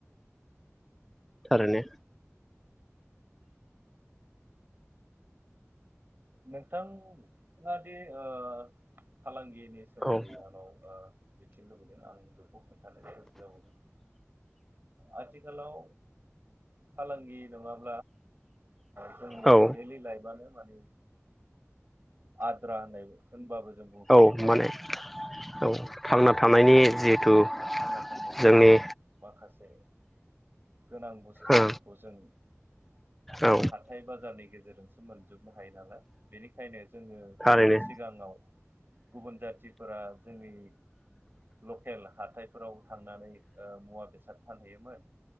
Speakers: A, in the centre; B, on the right.
A: थारैनो।
B: नोंथाङादि ओ फालांगि। नि सोमोन्दै
A: औ
B: आंनाव ओ बेथिंनो लुबैदों आंबो। <inaudible> आथिखालाव फालांगि नङाब जोंनि
A: औ
B: लि लाइ उम। आद्रा होननाय होनबाबो। जों बुंद्रायनाय
A: औ
B: जानाय
A: माने
B: नङा
A: औ। थांना थानायनि जिहेथु
B: थांना थानायनि
A: जोंनि
B: माखासे गोनां बुस्थुफोरखौ
A: ओ
B: जों
A: औ
B: हाथाय बाजारनि गेजेरजोंसो मोनजोबनो हायो नालाय। बेनिखायनो। जोङो
A: थारैनो
B: सिगाङाव गुबुन जाथिफोरा जोंनि लकेल हाथायफोर। याव थांनानै मुवा बेसाद फानहैयोमोन